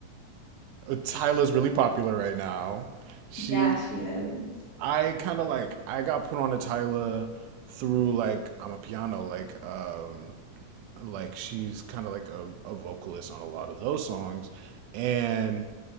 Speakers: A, on the right; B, on the left.
A: Tyla's really popular right now. She,
B: Yeah, she is.
A: I kind of like, I got put on to Tyla through like, I'm a piano, like, um, like she's kind of like a, a vocalist on a lot of those songs. And